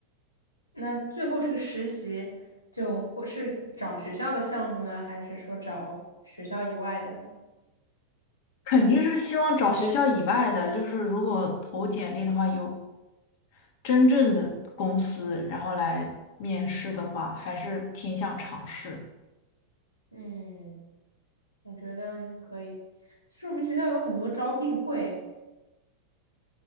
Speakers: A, on the left (about 80°); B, on the left (about 50°).
A: 那最后这个实习就或是找学校的项目呢，还是说找学校以外的呢？
B: 肯定是希望找学校以外的，就是如果投简历的话，有真正的公司，然后来面试的话，还是挺想尝试。
A: 嗯，我觉得可以。其实我们学校有很多招聘会，